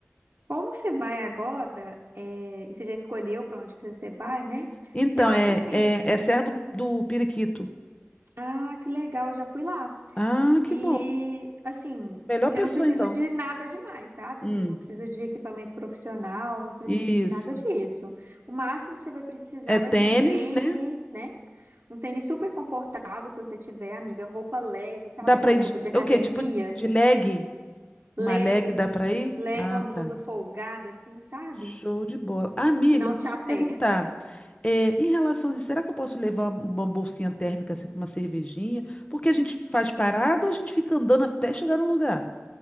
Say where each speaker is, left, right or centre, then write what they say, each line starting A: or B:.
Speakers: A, on the right (about 50°); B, on the left (about 25°).
A: Como você vai agora, é, e você já escolheu para onde que você vai, né?
B: Então
A: Eu acho
B: é
A: assim.
B: é, é Serra do, do Periquito.
A: Ah, que legal, eu já fui lá.
B: Ah, que
A: E
B: bom.
A: assim,
B: Melhor
A: você
B: pessoa
A: não precisa
B: então.
A: de nada demais, sabe?
B: Hum,
A: Assim, não precisa de equipamento profissional, não precisa
B: isso.
A: de nada disso. O máximo que você vai precisar
B: É tênis,
A: vai ser um tênis,
B: né?
A: né? Um tênis super confortável, se você tiver, amiga, roupa leve, sabe?
B: Dá
A: Aquelas
B: pra ir de,
A: roupas de academia,
B: é o quê? Tipo de leg?
A: leg,
B: Uma leg dá pra ir?
A: leg,
B: Ah,
A: uma blusa
B: tá.
A: folgada, assim, sabe?
B: Show de bola. Amiga,
A: Que não
B: deixa
A: te aperta.
B: eu te perguntar. É, em relação a isso, será que eu posso levar uma bolsinha térmica assim com uma cervejinha? Porque a gente faz parado ou a gente fica andando até chegar no lugar?